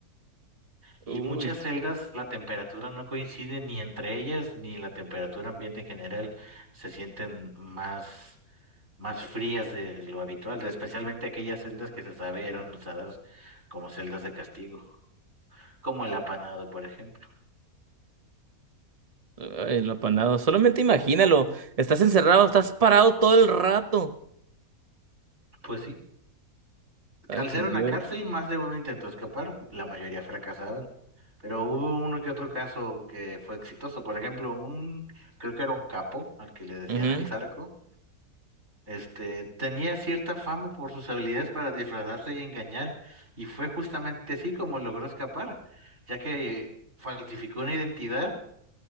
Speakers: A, on the right (about 60°); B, on the right (about 35°).
A: Y
B: Uy,
A: muchas celdas la temperatura no coincide ni entre ellas ni la temperatura ambiente en general se sienten más, más frías de lo habitual, especialmente aquellas celdas que se sabe eran usadas como celdas de castigo, como el apanado, por ejemplo.
B: ay, el apanado. Solamente imagínalo. Estás encerrado, estás parado todo el rato.
A: Pues sí.
B: Ay,
A: Al
B: por
A: ser una
B: Dios.
A: cárcel, más de uno intentó escapar, la mayoría fracasaban. Pero hubo uno que otro caso que fue exitoso. Por ejemplo, un, creo que era un capo, al que le decían
B: Ujú.
A: el Zarco, este, tenía cierta fama por sus habilidades para disfrazarse y engañar, y fue justamente así como logró escapar, ya que falsificó una identidad